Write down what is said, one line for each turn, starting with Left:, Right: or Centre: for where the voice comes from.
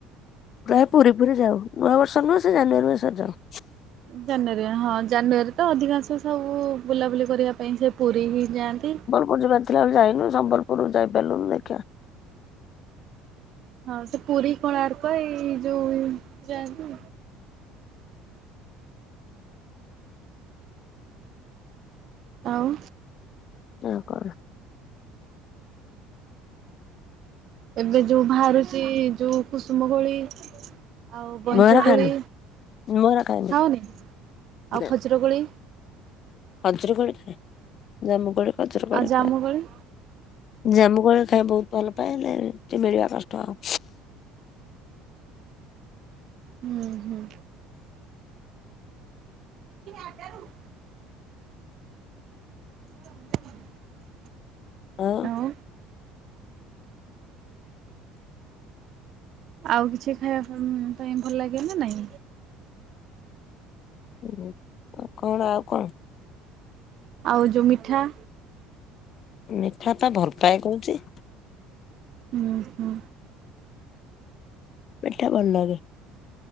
Left: ପ୍ରାୟ ପୁରୀ ଫୁରୀ ଯାଉ ନୂଆବର୍ଷ ନୁହଁ ସେ ଜାନୁଆାରୀ ମାସରେ ଯାଉ।
Right: ଜାନୁୟାରୀ ହଁ ଜାନୁୟାରୀ ତ ଅଧିକାଂଶ ସବୁ ବୁଲାବୁଲି କରିବା ପାଇଁ ସେ ପୁରୀ ହିଁ ଯାଆନ୍ତି।
Left: ମୁଁ ଯିବାର ଥିଲା ଆଉ ଯାଇନୁ ସମ୍ବଲପୁର ଯାଇ ପାରିଲୁନି ଦେଖିବା।
Right: ହଁ ସେ ପୁରୀ କୋଣାର୍କ ଏଇ ଯୋଉ ଯାଆନ୍ତି। ଆଉ।
Left: ଆଉ କଣ?
Right: ଏବେ ଯୋଉ ବାହାରୁଛି ଯୋଉ କୁସୁମ କୋଳି ଆଉ ବଇଁଚ
Left: ମୟୂର
Right: କୋଳି
Left: ଖାଏନି ମୟୂର ଖାଏନି
Right: ଖାଅନି? ଆଉ
Left: ନା
Right: ଖଜିର କୋଳି
Left: ଖଜୁରୀ କୋଳି ଖାଏ, ଜାମୁ କୋଳି, ଖଜୁରୀ
Right: ଆଉ
Left: କୋଳି
Right: ଜାମୁ
Left: ଖାଏ।
Right: କୋଳି
Left: ଜାମୁ କୋଳି ଖାଏ ବହୁତ ଭଲ ପାଏ, ହେଲେ ଟିକେ ମିଳିବା କଷ୍ଟ ଆଉ।
Right: ହୁଁ। ହୁଁ। <unintelligible> <inaudible>
Left: ହଁ।
Right: ହଁ। ଆଉ କିଛି ଖାଇବା ପ-ଅଁ, ପାଇଁ ଭଲ ଲାଗେ ନା ନାଇଁ?
Left: ହୁଁ, ଆଉ କଣ ଆଉ କଣ?
Right: ଆଉ ଯୋଉ ମିଠା
Left: ମିଠା ତ ଭଲ ପାଏ କହୁଛି।
Right: ଅଁ, ହଁ।
Left: ମିଠା ଭଲ ଲାଗେ।